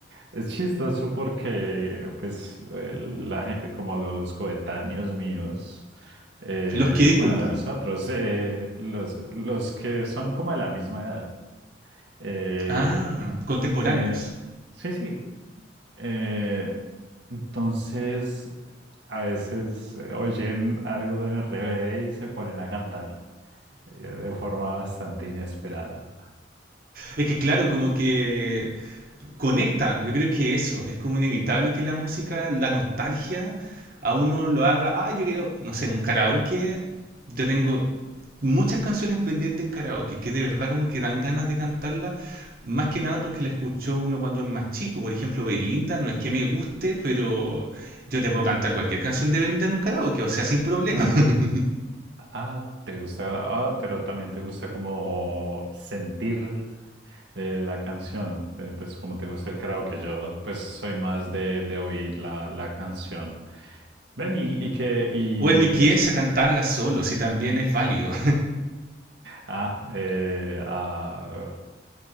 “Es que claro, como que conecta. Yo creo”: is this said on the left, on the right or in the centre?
Right